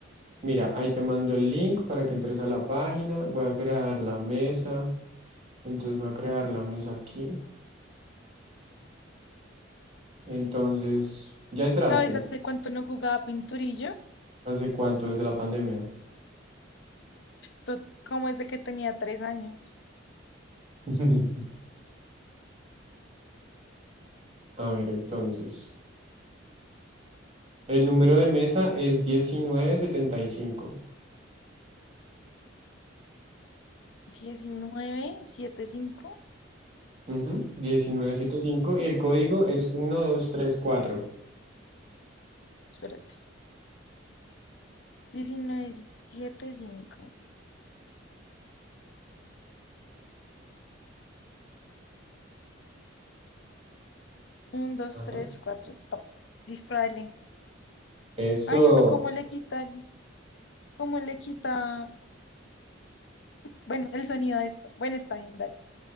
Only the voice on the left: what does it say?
¿Sabes hace cuánto no jugaba pinturillo?
To- ¿Cómo es de que tenía tres años?
diecinueve siete cinco
Espérate. diecinueve siete cinco uno dos
tres cuatro Listo, dale.
hay uno, ¿cómo le quita? el- ¿Cómo le quita? Bueno, el sonido de esto. Bueno, está bien, dale.